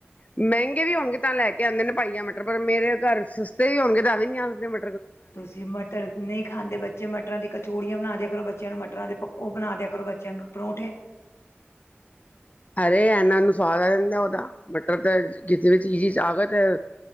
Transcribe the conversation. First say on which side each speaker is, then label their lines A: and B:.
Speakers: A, on the left; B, on the left.
A: ਮੈਂਗੇ ਵੀ ਹੋਣਗੇ ਤਾਂ ਲੈ ਕੇ ਆਂਦੇ ਨੇ ਪਾਈਆ ਮਟਰ, ਪਰ ਮੇਰੇ ਘਾਰ ਸਸਤੇ ਵੀ ਹੋਣਗੇ ਤਾਂ ਵੀ ਨੀ ਆਂਦੇ ਮ
B: ਤੁਸੀ ਮਟਰ ਨਈ ਖਾਂਦੇ ਬੱਚੇ, ਮਟਰਾਂ ਦੀ ਕਚੋੜੀਆਂ ਬਣਾ ਦੇਆ ਕਰੋ ਬੱਚੇਆਂ ਨੂੰ ਮਟਰਾਂ ਦੇ ਪਕ ਓ ਬਣਾ ਦੇਆ ਕਰੋ ਬੱਚੇਆਂ ਨੂੰ ਪਰੌਂਠੇ।
A: ਅਰੇ ਐਨਾ ਨੂੰ ਸਵਾਦ ਆ ਜਾਂਦਾ ਓਦਾ, ਮਟਰ ਤਾਂ ਕਿਸੇ ਵੀ ਚੀਜ਼ ਚ ਆਗ ਤ